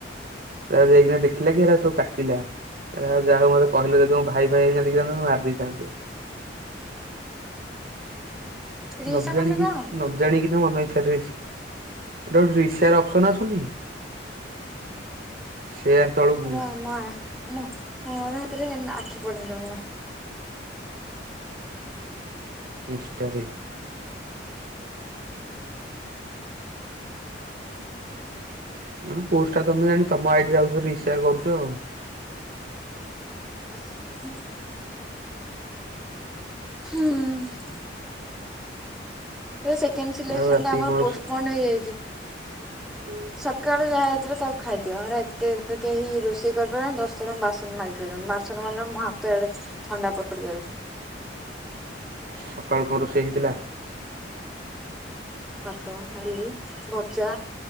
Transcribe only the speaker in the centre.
ରିସା
ମାନେ କଣ
ମୋର ଆମ ଆ ମୁଁ ମୋର ହେଥିରେ ଆଖି ପଡିି। <unintelligible>
<unintelligible> ହୁଁ। ସେକେଣ୍ଡ ସିଲେକ୍ସନ୍
ଟା ଆମର
ପୋଷ୍ଟପଣ୍ଡ ହେଇଯାଇଚି।
ସକାଳୁ ଯାହା ହେଇଥିଲା ତାକୁ ଖାଇଦିଅ। ହେରା ଏତେ କେହି ରୋଷେଇ କରିପାରିବେନି ଦଶଥର ମୁଁ ବାସନ ମାଜି ପାରିବିନି। ବାସନ ମାଜିଲା ବେଳକୁ ମୋ ହାତ ଇଆଡେ ଥଣ୍ଡା ପଡି ଯାଉଚି।
ଭାତ, ଡାଲି, ଭଜା